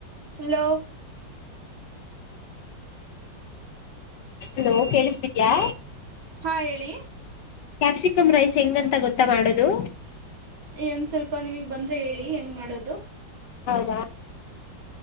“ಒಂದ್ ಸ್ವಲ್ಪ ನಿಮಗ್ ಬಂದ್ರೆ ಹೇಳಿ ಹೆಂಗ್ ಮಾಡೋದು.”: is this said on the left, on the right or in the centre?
Right